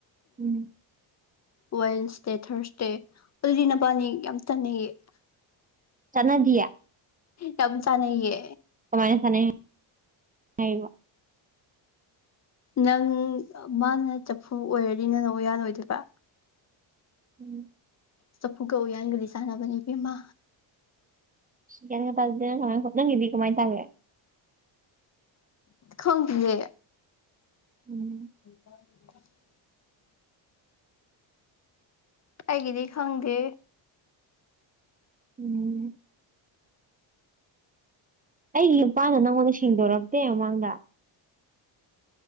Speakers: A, on the right (about 20°); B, on the left (about 35°).
A: ꯎꯝ
B: ꯋꯦꯟꯁꯗꯦ ꯊ꯭ꯔꯁꯗꯦ ꯑꯗꯨꯗꯤ ꯅꯕꯥꯟꯅꯤ ꯌꯥꯝ ꯆꯥꯟꯅꯩꯌꯦ
A: ꯆꯥꯟꯅꯗꯤꯌꯦ
B: ꯌꯥꯝ ꯆꯥꯅꯩꯌꯦ
A: ꯀꯃꯥꯏꯅ ꯆꯥꯅꯩ ꯍꯥꯏꯔꯤꯕ
B: ꯅꯪ ꯃꯥꯅ ꯆꯐꯨ ꯑꯣꯏꯔꯗꯤ ꯅꯪꯅ ꯎꯌꯥꯟ ꯑꯣꯏꯗꯣꯏꯕ
A: ꯎꯝ
B: ꯆꯐꯨ ꯒ ꯎꯌꯥꯟꯒꯗꯤ ꯆꯥꯟꯅꯕꯅꯦ ꯏꯕꯦꯝꯃꯥ
A: ꯒꯌꯥꯟꯒ ꯇꯥꯗꯦꯗ ꯀꯃꯥꯏ ꯍꯣꯠ ꯅꯪꯒꯤꯗꯤ ꯀꯃꯥꯏꯇꯥꯒꯦ
B: ꯈꯪꯗꯤꯌꯦ
A: ꯎꯝ
B: <unintelligible> ꯑꯩꯒꯤꯗꯤ ꯈꯪꯗꯦ
A: ꯎꯝ ꯑꯩꯒꯤ ꯅꯨꯄꯥꯅ ꯅꯪꯉꯣꯟꯗ ꯁꯦꯡꯗꯣꯔꯛꯇꯦ ꯃꯃꯥꯡꯗ